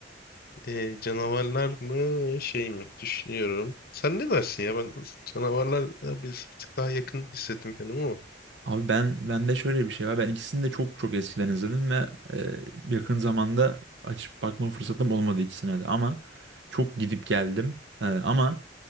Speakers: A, on the left; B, on the right.
A: Ee, canavarlar mı şey mi? Düşünüyorum. Sen ne dersin ya? Ben canavarlar biz bir tık daha yakın hissettim kendimi ama.
B: Abi ben bende şöyle bir şey var. Ben ikisini de çok çok eskiden izledim ve e, yakın zamanda açıp bakma fırsatım olmadı ikisine de. Ama çok gidip geldim. E, ama